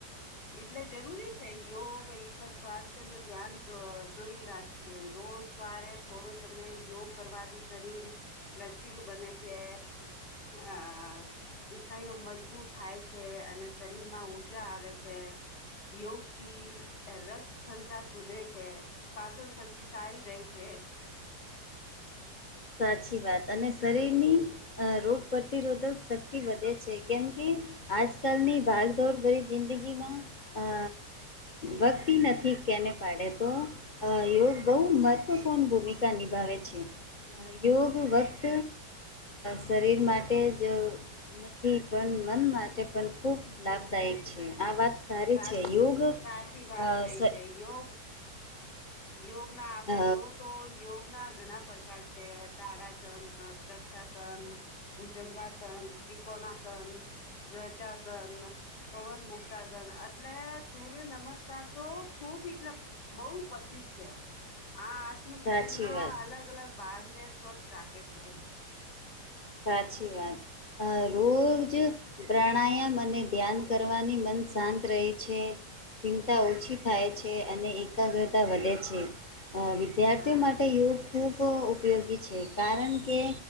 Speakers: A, on the left; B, on the left.
A: એટલે જરૂરી સે યોગ એટલે સ્વાસ્થ્યનું ધ્યાન જો જોઈ રાખે જે રોજ સવારે થોડો સમય યોગ કરવાથી શરીર લચીલું બને છે આ સ્નાયુઓ મજબૂત થાય છે અને શરીરમાં ઉર્જા આવે છે યોગથી રથ સંસાર સુધરે છે પાચન શક્તિ સારી રહે છે
B: <inaudible> સાચી વાત અને શરીરની અ રોગપ્રતિરોધક શક્તિ વધે છે કેમ કે આજકાલની ભાગદોડ ભરી જિંદગીમાં અ વગતી નથી કેને પાડે તો અ યોગ બહુ મહત્વપૂર્ણ ભૂમિકા નિભાવે છે યોગ વત શરીર માટે જો નથી પણ મન માટે પણ ખૂબ લાભદાયક છે આ વાત સારી
A: સાવ
B: છે યોગ અ
A: સાચી વાત કઈ
B: સ
A: છે યોગ યોગ ના આપણે
B: અ
A: જો તો યોગ ના ઘણા પ્રકાર છે તાડાસન વૃક્ષાસન ભૂજંગાસન ત્રિકોણાસન વ્રજાસન પવન મુક્તાસન એટલે સૂર્ય નમસ્કાર તો ખુબ ખૂબ એટલે બહુ પ્રસિદ્ધ છે આ આસન નું
B: સાચી
A: શરીરમાં
B: વાત
A: અલગ અલગ ભાગને સ્વસ્થ રાખે છે
B: સાચી વાત અ રોજ પ્રાણાયામ અને ધ્યાન કરવાથી મન શાંત રહે છે ચિંતા ઓછી થાય છે અને એકાગ્રતા વધે છે વિદ્યાર્થીઓ
A: હા
B: માટે યોગ ખૂબ ઉપયોગી છે કારણ કે